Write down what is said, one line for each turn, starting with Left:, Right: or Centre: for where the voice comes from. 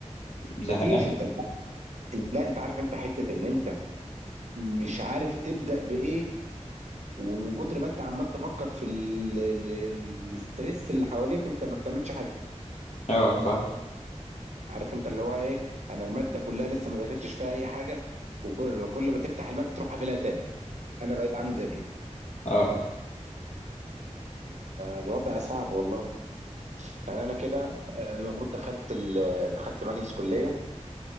Left: زهقان
Right: مفيش انت لا انت عارف انت حته ان انت مش عارف تبدا بايه ومن كتر ما انت عمال تفكر في ال- ال- ال- الاسترس اللي حواليك انت ما بتعملش حاجه
Left: اه فاهم
Right: عارف انت اللي هو ايه انا الماده كلها لسه ما ذاكرتش فيها اي حاجه وكل كل ما تفتح الماده تروح قافلها تاني انا بقيت عامل زي كده
Left: اه
Right: الوضع صعب والله يعني انا كده آه، المفروض دخلت ال- دخلت مجلس كليه